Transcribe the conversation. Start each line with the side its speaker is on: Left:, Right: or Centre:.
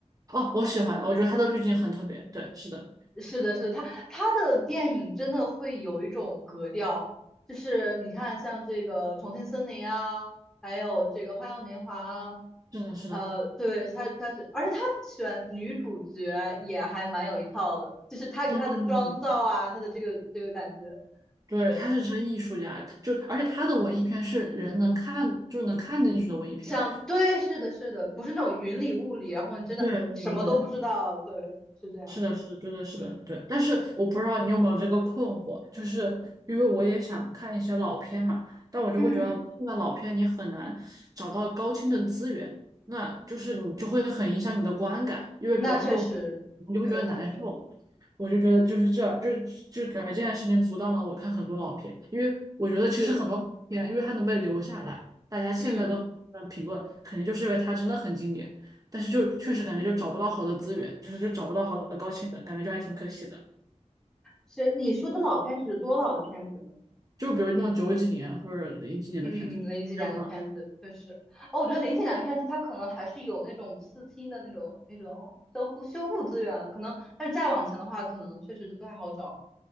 Right: 哦，我喜欢，我觉得他的滤镜很特别。对，是的，
Centre: 是的，是的，他他的电影真的会有一种格调，就是你看像这个《重庆森林》啊，还有这个《花样年华》啊
Right: 是的，是的，
Centre: 呃，对，她她是，而且她选女主角也还蛮有一套的，就是她给她的妆造啊，
Right: 嗯，
Centre: 她的这个这个感觉，
Right: 对，
Centre: 对，
Right: 他是真艺术家，他就而且他的文艺片是人能看，就是能看进去的文艺片。
Centre: 像对，是的，是的，不是那种云里雾里，然后你真的什么都不知道，
Right: 对对对
Centre: 对，是这样，
Right: 是的，是的，对的，是的，
Centre: 嗯
Right: 对。但是我不知道你有没有这个困惑，就是因为我也想看一些老片嘛，但我就会觉得看到老片你很难找到高清的资源，
Centre: 嗯，
Right: 那就是你就会很影响你的观感，因为比如他们
Centre: 那确实，
Right: 你就会觉得难受。
Centre: 对，那确实
Right: 我就觉得就是这，就是就是感觉这件事情阻挡了我看很多老片，因为我觉得其实很多片，
Centre: 是，
Right: 因为它能被留下来，大家现在都很评论，
Centre: 嗯，
Right: 肯定就是因为它真的很经典。但是就确实感觉就找不到好的资源，就是就找不到好的高清的，感觉就还挺可惜的。
Centre: 是你说的老片是指多老的片子呢？
Right: 就比如那种九几年或者零几年的片子，
Centre: 嗯，
Right: 没有了。
Centre: 零几年的片子确实，哦，我觉得零几年的片子它可能还是有那种四清的那种那种修复修复资源，可能，但是再往前的话，可能确实就不太好找。